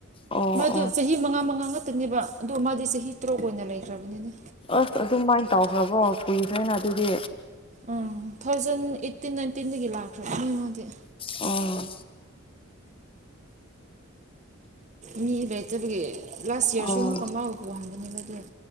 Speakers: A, on the left; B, on the right.
A: ꯑꯣ
B: ꯃꯥꯗꯨ
A: ꯑꯣ
B: ꯆꯍꯤ ꯃꯉꯥ ꯃꯉꯥ ꯉꯥꯛꯇꯥꯅꯦꯕ ꯑꯗꯣ ꯃꯥꯗꯤ ꯆꯍꯤ ꯇꯔꯨꯛ ꯑꯣꯏꯅ ꯂꯩꯈ꯭ꯔꯕꯅꯤꯅ‌
A: ꯑꯣ ꯑꯗꯨꯃꯥꯏꯅ ꯇꯧꯈ꯭ꯔꯕꯣ ꯀꯨꯏꯈ꯭ꯔ‌ꯦꯅ ꯑꯗꯨꯗꯤ
B: ꯎꯝ ꯊꯥꯎꯖꯟ ꯑꯩꯠꯇꯤꯟ ꯅꯥꯏꯟꯇꯤꯟ ꯗꯒꯤ ꯂꯥꯛꯈ꯭ꯔꯕꯅ‌ꯦ ꯃꯥꯗꯤ
A: ꯑꯣ
B: ꯃꯤ ꯂꯩꯇꯕꯒꯤ ꯂꯥꯁ ꯏꯌꯥꯔꯁꯨ
A: ꯑꯣ
B: ꯑꯃꯨꯛꯀ ꯃꯥꯕꯨ ꯄꯨꯍꯟꯕꯥꯅꯦꯕ ꯑꯗꯨꯏ